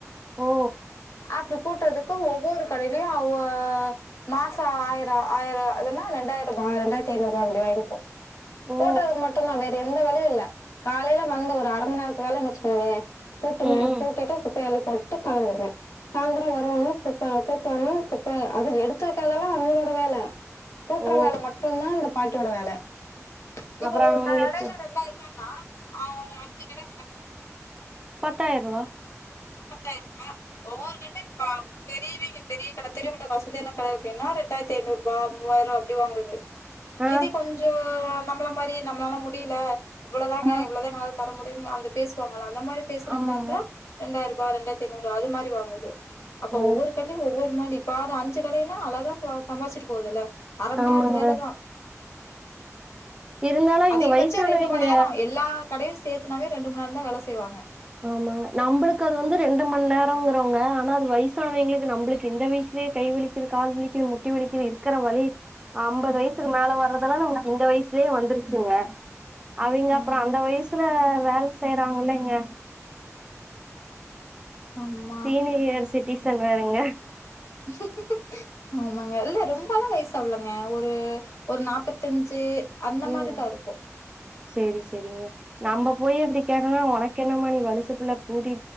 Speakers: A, on the right; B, on the left.
A: ஓ
B: அப்படி கூட்டுறதுக்கு ஒவ்வொரு கடையிலயும் அவ மாசம் ஆயிரம் ஆயிரம் அதன்னா ரெண்டாயிரம் ரூபாய் ரெண்டாயிரத்தி ஐநூறு ரூபாய் அப்படி வாங்கிப்போம்
A: ஓ!
B: கூட்டறதுக்கு மட்டும்தான் வேற எந்த வேலயும் இல்ல காலையில வந்து ஒரு அரை மணி நேரத்து வேலை வச்சுக்கோயேன் கூட்டுங்க
A: ம், ம்.
B: கூட்டிட்டு ப்பலை போட்டு கெழம்பிடுவேன் சாயந்தரம் வருவாங்க குப்ப கூட்டும் கூப்ப அது எடுத் து வைக்கிறதெல்லாம் அவிங்களோட வேலை கூட்டுற
A: ஓ
B: வேலை மட்டும்தான் அந்த பாட்டியோட வேலை இப்ப
A: அப்புறம்
B: ஒரு
A: அவங்களுக்கு
B: கடையில ரெண்டாயிரம் ரூபாய் ஆ அவ அஞ்சு தடவ கடக்கு போட்டுக் பாருங்க
A: பத்தாயிருவா
B: முப்பத்தாயிரம் ரூபாய் ஒவ்வொரு கண்ட கா பெரியவங்க பெரிய கடை தெரிவு கிட்ட வசதியான கட அப்டின்னா ரெண்டாயிரத்து ஐநூறு ரூப மூவாயிரம் ரூபாய் அப்டி வாங்குது
A: ஆ
B: இது கொஞ்சோ நம்மள மாரி நம்மளால முடியல இவ்ளதாங்க
A: ஆ
B: இவ்ளதான்ங்க எங்ளால தர முடியு அந்த பேசுவாங்க அந்த மாரி பேசுறங்களாந்தா
A: ஆமாங்க
B: ரெண்டாருபா இண்டாயிரத்தி ஐநூருபா அது மாரி வாங்குது அப்ப
A: ஓ
B: ஒவ்வொரு கடைலயு ஒவ்வொரு மானி பாரு அஞ்சு கடைன்னா அழகா சுவா சம்பாச்சுட்டு போதுல்ல அர மணி
A: ஆமாங்க
B: நேரத்து வேலதான
A: இருந்தாலும் இங்க
B: அதிகபச்சோ
A: வயசானவங்க
B: ரெண்டு மணி நேரோ எல்லா கடையில் சேத்தனாவே ரெண்டு மணி நேரந்தா வேல செய்வாங்க
A: ஆமாங்க நம்பளுக்கு அது வந்து ரெண்டு மணி நேரோங்கிறவங்க ஆனா அது வயசானவங்களுக்கு நம்பளுக்கு இந்த வயசுலேயே கை வலிக்குது கால் வலிக்குது முட்டி வலிக்குது இருக்ற வலி அம்பது வயசுக்கு மேல வர்றதெல்லா நம்ம இந்த வயசுலேயே வந்துருச்சுங்க அவிங்க அப்ற
B: ஆமா,
A: அந்த வயசுல வேல செய்யுறாங்களே ங்க
B: ஆமா.
A: தீன் இயர் சிட்டி சன் வேரங்க
B: <unintelligible> ஆமாங்க இல்ல ரொம்பல வயசு அவ்வளங்க ஒரு ஒரு நாப்பத்தஞ்சு அந்த மாரி
A: ம்
B: தா இருக்கு
A: சேரி சேரிங்க நம்ப போய் அப்டி கேட்டோம்னா ஒனக்கு என்னமா நீ வலசு புள்ள கூடி